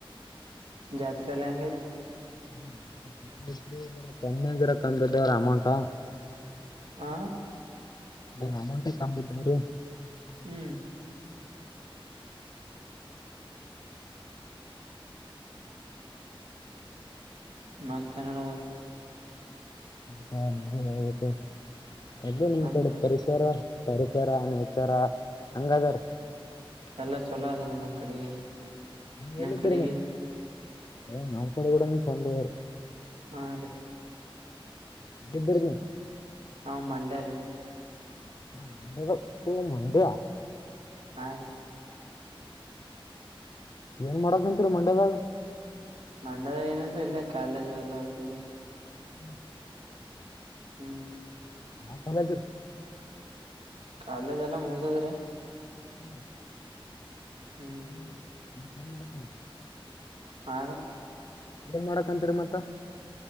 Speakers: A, on the right; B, on the left.
A: ಜಾತ್ರರೆಲ್ಲಂಗತ
B: ಹ್ಮ <unintelligible> ತನ್ನಂಗರಕ್ಕ ಅಂದ್ದ ಅವರ ಅಮೌಂಟಾ
A: ಹಾ
B: ಗ್ರ ಅಾಮೌಟೆ ಕಾಮಿದ್ದಾವ್ರೀ
A: ಹ್ಮ್ ಮ ಕನ್ನಡ
B: ಹ ಅದು ನಿಮ್
A: ನಮ್
B: ಕಡೆ ಪರಿಸರ ಪರಿಸರಿಸರ ನೇಚರ ಹೆಂಗದಾರ
A: ಎಲ್ಲ ಚೊಲೋ ಆದಾರೆ ನಮ್ ಕಡೆಗೆ
B: ಹ್ಮ
A: ನಿಮ್
B: ಎಲ್ಲಿದ್ದೀರಿ
A: ಕಡೆಗೆ
B: ಮತ್ತೆ ಏ ನಾಲ್ ಕಡೆ ಕೂಡ ಚೆಂದವಾರ
A: ಹಾ ರೀ
B: ಬಿಧರನ
A: ನಾ್ ಮಂಡಾರೆ
B: ಹ ಮು ತು ಮಂದ
A: ಹಾ ರೀ
B: ಏನ್ ಮಾಡಕಂತರಿ ಮಂಡ್ಯದ್ಯಾಗ
A: ಮಂಡ್ಯದ ಏನಲ್್ರ ಇಲ್ಲಿ ಕಾಲೇಜು ಎಲ್ಲ ಹತವಿ
B: ಹ್ಮ್
A: ಹ್ಮ್
B: ಹಾ ಕಲತ
A: ಕಾಲೇಜ್ ಎಲ್ಲ ಮುಗ್ದದ್ರಿ
B: ಹ್ಮ್
A: ಹ್ಮ್
B: ಹ್ಮ್ಮ್. ಹ್ಮ
A: ಹ
B: ಏನ್ ಮಾಡಕ್ಂತರಿ ಮತ್ತ